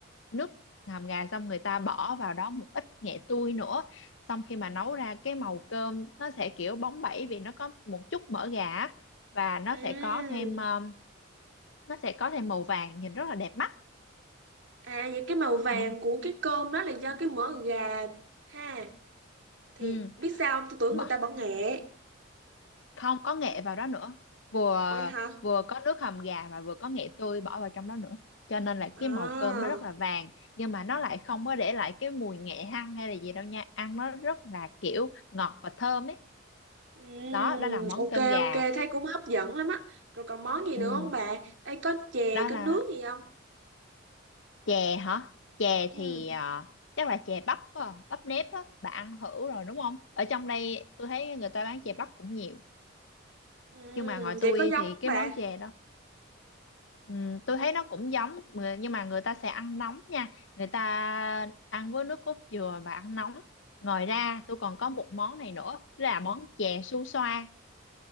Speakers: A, on the left (about 65°); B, on the right (about 65°).
A: nước hầm gà xong người ta bỏ vào đó một ít nghệ tươi nữa xong khi mà nấu ra cái màu cơm nó sẽ kiểu bóng bẩy vì nó có một chút mỡ gà á, và nó
B: ừ
A: sẽ có thêm um, nó sẽ có thêm màu vàng nhìn rất là đẹp mắt
B: À vậy cái màu vàng
A: ừ.
B: của cái cơm đó là do cái mỡ gà ha. Thì
A: Ừ.
B: biết sao không? Tôi tưởng
A: Mà
B: người ta bỏ nghệ.
A: không có nghệ vào đó nữa vừa
B: Ủa vậy hả?
A: vừa có nước hầm gà và vừa có nghệ tươi bỏ vào trong đó nữa cho nên là cái
B: À.
A: màu cơm nó rất là vàng nhưng mà nó lại không có để lại cái mùi nghệ hăng hay là gì đâu nha ăn nó rất là kiểu ngọt và thơm ấy
B: ừm,
A: đó đó là món
B: ok
A: cơm gà
B: ok thấy cũng hấp dẫn lắm á. Rồi còn món gì
A: ừ.
B: nữa không bà? Ê có chè,
A: đó
B: có
A: là
B: nước gì không?
A: chè hả chè
B: Ừ.
A: thì à, chắc là chè bắp á, bắp nếp á bà ăn thử rồi đúng không ở trong đây tôi thấy người ta bán chè bắp cũng nhiều
B: Ừ,
A: nhưng mà ngoài
B: vậy
A: tôi
B: có giống
A: thì
B: không
A: cái
B: bà?
A: món chè đó ừm, tôi thấy nó cũng giống người- nhưng mà người ta sẽ ăn nóng nha người ta ăn với nước cốt dừa và ăn nóng ngoài ra tôi còn có một món này nữa là món chè su xoa